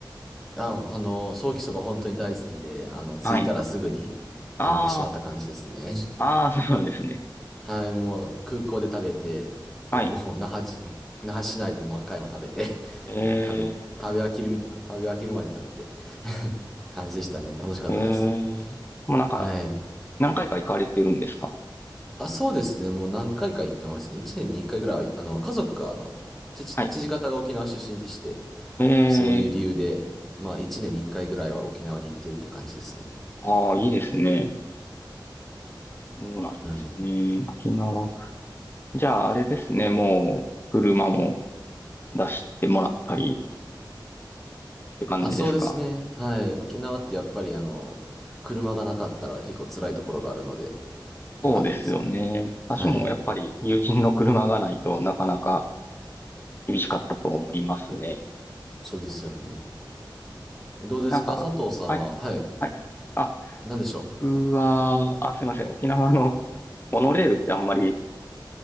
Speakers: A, in the centre; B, on the left.
A: ああ、あの、ソーキそば本当に大好きで、あの、着いたらすぐに食べてしまった感じですね。
B: はい。ああ、ああ、そうなんですね。
A: はい、もう空港で食べて、でもう那覇じ、
B: はい。
A: <laughs> ん那覇市内でも何回も食べて、<laughs>
B: え
A: もう食べ、食べ飽きるみたい、食べ飽きるまで食べて <laughs> 感じでしたね。楽しかったです。
B: ー、えー、もうなんか、
A: はい。
B: 何回か行かれてるんですか
A: あ、そうですね。もう何回か行ってますね。1年に1回ぐらいは、あの、家族が、あの、父、
B: はい。
A: 父方が沖縄出身でして、
B: えー、
A: まあそういう理由で、まあ1年に1回ぐらいは沖縄に行ってるって感じですね。
B: ああ、いいですね。そうなんですね。
A: はい。
B: 沖縄。じゃあ、あれですね。もう、車も出してもらったりって感じですか
A: あ、そうですね。はい。沖縄ってやっぱりあの、車がなかったら結構辛いところがあるので、よかったですね。
B: そうですよね。
A: はい。
B: 私もやっぱり友人の車がないとなかなか厳しかったと思いますね。
A: そうですよね。どうですか佐藤さんは。
B: なんか、はい、
A: はい。
B: はい。あ、
A: 何でしょう。
B: 僕は、あ、すいません。沖縄の <laughs> モノレールってあんまり